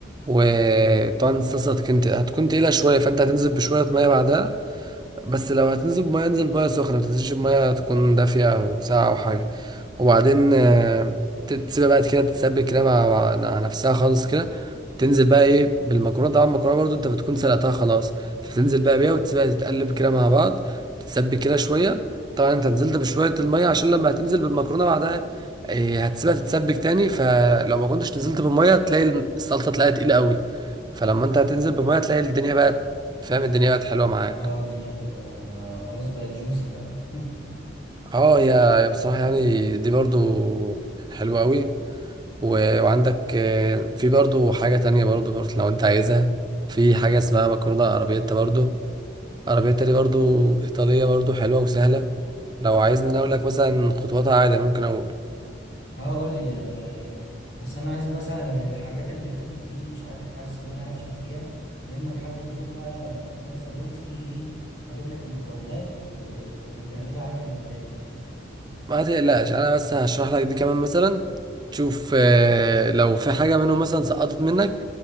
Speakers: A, on the right (about 25°); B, on the left (about 65°).
A: وطبعا الصلصة هتكون هتكون تقيلة شوية فانت هتنزل بشوية مية بعدها بس لو هتنزل بمية انزل بمية سخنة متنزلش بمية تكون دافية أو ساقعة أو حاجة وبعدين آه، ت- تسيبها بقى كده تتسبك كده مع مع مع نفسها خالص كده تنزل بقى ايه بالمكرونة طبعا المكرونة برضو انت بتكون سلقتها خلاص فتنزل بقى بيها وتسيبها تتقلب كده مع بعض تتسبك كده شوية طبعا انت نزلت بشوية المية عشان لما هتنزل بالمكرونة بعدها إيه هتسيبها تتسبك تاني فلو ما كنتش نزلت بالمية تلاقي الصلصة تلاقيها تقيلة قوي فلما انت هتنزل بالمية تلاقي الدنيا بقت فاهم الدنيا بقت حلوة معاك
B: اه الدنيا بتبقى خلاص بقت جوسي بقى <laughs>
A: اه يا بصراحة يعني دي برضو حلوة قوي و- وعندك آه، في برضو حاجة تانية برضو, برضو لو انت عايزها في حاجة اسمها مكرونة ارابياتا برضو ارابياتا دي برضو ايطالية برضو حلوة وسهلة لو عايزني أنا اقول لك مثلا خطواتها عادي أنا ممكن اقول
B: اه قولي يعني بس أنا عايز بقى سهلة لأن الحاجات اللي فاتت دي مش عارف حاسس إن أنا هفشل فيها يا إما تحدد يوم بقى من الخمسة دول تيجي إيه أجيب لك المكونات و... و... وتعملها عملي قدامي يعني
A: ما تقلقش انا بس هشرح لك دي كمان مثلا تشوف آه، لو في حاجة منهم مثلا سقطت منك